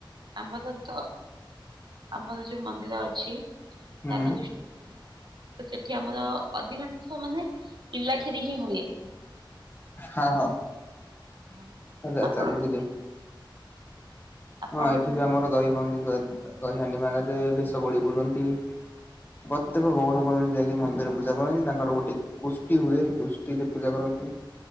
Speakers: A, on the right; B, on the left.
A: ଆମର ତ, ଆମର ଯୋଉ ମନ୍ଦିର ଅଛି
B: ହୁଁ
A: ରାଧାକୃଷ୍ଣ ମନ୍ଦିର, ତ ସେଠି ଆମର ଅଧିକାଂଶ ମାନେ ପିଲା କ୍ଷିରି ହିଁ ହୁଏ।
B: ହଁ- ହଁ।
A: ହଁ
B: ଆଛା
A: ଆପଣଙ୍କର
B: ଆଛା ବୁଝିଲି,
A: ବି ଆପଣଙ୍କର
B: ହଁ ଏଠି ବି ଆମର ଦହି ଭଙ୍ଗ ଦହି ହାଣ୍ଡି ଭଙ୍ଗାଯାଏ, ବି ସବୁ ଆଡେ ବୁଲନ୍ତି। ପ୍ରତ୍ୟେକ ଗୌଡ ଗୌଡୁଣୀ ଯାଇକି ମନ୍ଦିରରେ ପୂଜା କରନ୍ତି। ତାଙ୍କର ଗୋଟେ ଗୋଷ୍ଠୀ ହୁଏ, ଗୋଷ୍ଠୀରେ ପୂଜା କର ନ୍ତି